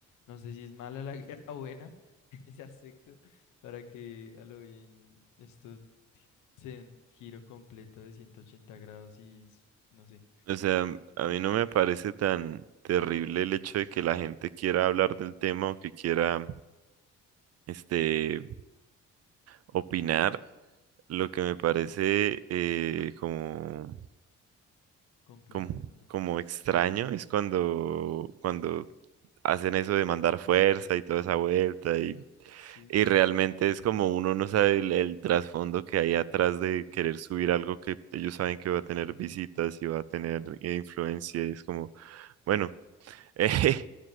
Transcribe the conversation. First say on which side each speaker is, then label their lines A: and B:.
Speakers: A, on the left; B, on the right.
A: no sé si es mala la <laughs> guerra o buena, <laughs> ese aspecto, para que a lo bien esto gi- sea un giro completo de ciento ochenta grados y, s- no sé,
B: O sea, a mí no me parece tan terrible el hecho de que la gente quiera hablar del tema o que quiera, este, opinar. Lo que me parece eh, como,
A: complejo,
B: como,
A: no sé.
B: como extraño es cuando, cuando hacen eso de mandar fuerza y toda esa vuelta y
A: Sí,
B: Y
A: no,
B: realmente es como uno no sabe el, el trasfondo que hay atrás de querer subir algo que ellos saben que va a tener visitas y va a tener eh, influencia. Y es como, bueno, <laughs> eh,